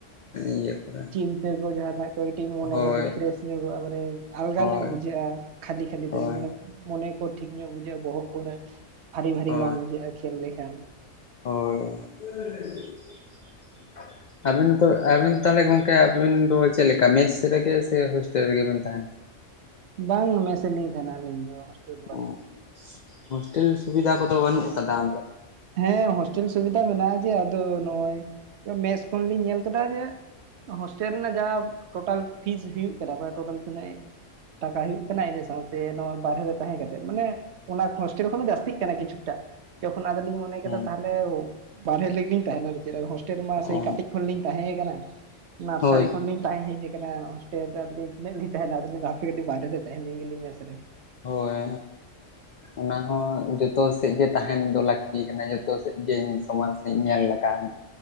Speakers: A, on the left; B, on the right.
A: ᱤᱭᱟᱹ ᱠᱚᱨᱮ
B: ᱪᱤᱱᱛᱟᱹ ᱠᱚ ᱡᱟᱦᱟᱱᱟᱜ ᱠᱚ ᱠᱟᱹᱴᱤᱡ ᱢᱚᱱᱮ
A: ᱦᱳᱭ
B: ᱠᱟᱹᱴᱤᱡ ᱯᱷᱨᱮᱥ ᱧᱚᱜᱼᱟ ᱵᱚᱞᱮ ᱟᱞᱜᱟ
A: ᱦᱳᱭ
B: ᱧᱚᱜ ᱵᱩᱡᱷᱟᱹᱜᱼᱟ᱾ ᱠᱷᱟᱹᱞᱤ ᱠᱷᱟᱹᱞᱤ
A: ᱦᱳᱭ
B: ᱛᱮ ᱢᱟᱱᱮ ᱢᱚᱱᱮ ᱠᱚ ᱴᱷᱤᱠ ᱧᱚᱜ ᱵᱩᱡᱷᱟᱹᱜᱼᱟ ᱵᱚᱦᱚᱜ ᱠᱚᱨᱮ ᱵᱷᱟᱨᱤ ᱵᱷᱟᱹᱨᱤ
A: ᱦᱳᱭ
B: ᱵᱟᱝ ᱵᱩᱡᱷᱟᱹᱜᱼᱟ ᱠᱷᱮᱞ ᱞᱮᱠᱷᱟᱱ
A: ᱦᱳᱭ ᱟᱵᱤᱱ ᱫᱚ ᱟᱵᱤᱱ ᱛᱟᱦᱚᱞᱮ ᱜᱚᱝᱠᱮ ᱟᱵᱤᱱ ᱫᱚ ᱪᱮᱫ ᱞᱮᱠᱟ ᱢᱮᱥ ᱨᱮᱜᱮ ᱥᱮ, ᱦᱳᱥᱴᱮᱞ ᱨᱮᱜᱮ ᱵᱤᱱ ᱛᱟᱦᱮᱱᱟ?
B: ᱵᱟᱝ ᱢᱮᱥ ᱞᱤᱧ ᱛᱟᱦᱮᱸᱱᱟ ᱟᱹᱞᱤᱧ ᱫᱚ᱾ ᱵᱟᱹᱞᱤᱧ
A: ᱚ
B: ᱛᱟᱦᱮᱱᱟ
A: ᱦᱳᱥᱴᱮᱞ ᱥᱩᱵᱤᱫᱟ ᱠᱚᱫᱚ ᱵᱟᱹᱱᱩᱜ ᱟᱠᱟᱫᱟ ᱚᱱᱛᱮ ᱨᱮ
B: ᱦᱮᱸ ᱦᱳᱥᱴᱮᱞ ᱥᱩᱵᱤᱫᱷᱟ ᱢᱮᱱᱟᱜᱼᱟ᱾ ᱡᱮ ᱟᱫᱚ ᱱᱚᱜᱚᱭ ᱢᱮᱥ ᱠᱷᱚᱱᱞᱤᱧ ᱧᱮᱞ ᱠᱮᱫᱟ ᱡᱮ ᱦᱳᱥᱴᱮᱞ ᱨᱮᱱᱟᱜ ᱡᱟᱦᱟ ᱴᱳᱴᱟᱞ ᱯᱷᱤᱡ ᱦᱩᱭᱩᱜ ᱠᱟᱱᱟ ᱴᱳᱴᱟᱞ ᱛᱤᱱᱟᱹᱜ ᱴᱟᱠᱟ ᱦᱩᱭᱩᱜ ᱠᱟᱱᱟ ᱤᱱᱟᱹ ᱥᱟᱶᱛᱮ ᱱᱚᱜᱚᱭ ᱵᱟᱨᱦᱮ ᱨᱮ ᱛᱟᱦᱮᱸ ᱠᱟᱛᱮᱜ᱾ᱢᱟᱱᱮ ᱚᱱᱟ ᱦᱳᱥᱴᱮᱞ ᱠᱷᱚᱱ ᱡᱟᱹᱛᱤᱜ ᱠᱟᱱᱟ ᱠᱤᱪᱷᱩ ᱴᱟᱜ ᱚᱱᱟ ᱫᱚᱞᱤᱧ ᱢᱚᱱᱮ ᱠᱮᱫᱟ
A: ᱦᱮᱸ
B: ᱛᱟᱦᱚᱞᱮ ᱵᱟᱨᱦᱮ ᱨᱮ ᱞᱤᱧ ᱛᱟᱦᱮᱸᱱᱟ ᱟᱨᱠᱤ ᱪᱮᱫᱟᱜ ᱦᱳᱥᱴᱮᱞ ᱢᱟ ᱥᱮᱭ
A: ᱚ
B: ᱠᱟᱹᱴᱤᱡ ᱠᱷᱚᱱ ᱞᱤᱧ ᱛᱟᱦᱮᱸ ᱠᱟᱱᱟ᱾ᱱᱟᱨᱥᱟᱨᱤ
A: ᱦᱳᱭ
B: ᱠᱷᱚᱱᱞᱤᱧ ᱛᱟᱦᱮᱸ ᱠᱟᱱᱟ᱾ ᱯᱮ <unintelligible> ᱛᱤᱱᱟᱹᱜ ᱞᱤᱧ ᱛᱟᱦᱮᱱᱟ᱾ᱦᱟᱯᱮ ᱠᱟᱹᱴᱤᱡ ᱵᱟᱦᱨᱮ ᱛᱟᱦᱮᱱ ᱞᱮᱱ ᱜᱮ ᱢᱮᱥ ᱨᱮ᱾
A: ᱦᱳᱭ ᱚᱱᱟ ᱦᱚᱸ ᱡᱚᱛᱚ ᱥᱮᱫ ᱜᱮ ᱛᱟᱦᱮᱸᱱ ᱫᱚ ᱞᱟᱹᱠᱛᱤ ᱠᱟᱱᱟ᱾ ᱡᱚᱛᱚ ᱥᱮᱫ ᱜᱮᱧ ᱥᱚᱢᱟᱡᱽ ᱥᱮᱫ ᱤᱧ ᱧᱮᱞ ᱞᱮᱠᱟ᱾ <inaudible>